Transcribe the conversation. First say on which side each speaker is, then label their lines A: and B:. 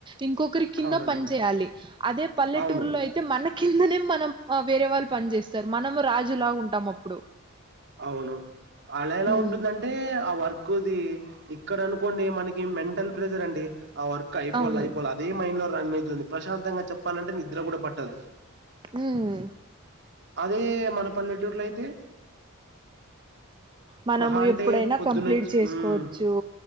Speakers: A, on the right; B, on the right.
A: ఇంకొకరి కింద
B: అవునండి
A: పని చేయాలి అదే పల్లెటూరులో
B: అవును
A: అయితే మన కిం దనే మనం వేరే వాళ్ళు పని చేేస్తారు మనము రాజులా ఉంటాం అప్పుడు
B: అవును అలా ఎలా
A: ఉమ్
B: ఉంటుందంటే ఆ వర్క్ ఎక్కుది ఇక్కడ అనుకోండి మనకి మెంటల్ ప్రెషర్ అండి ఆ వర్క్ అయిపోల
A: అవును
B: అయిపోల అదే మైండ్ లో రన్ అయి తుంది ప్రశాంతంగా చెప్ ప్పాలంటే నిద్ర కూడా పట్టదు
A: ఉమ్
B: అదే మన పల్లెటూర్లో అయితే
A: మనము
B: మహా అంటే
A: ఎప్పుడైనా
B: పొద్దునుంచి
A: కంప్లీట్ చేసుకోవచ్చు
B: మ్మ్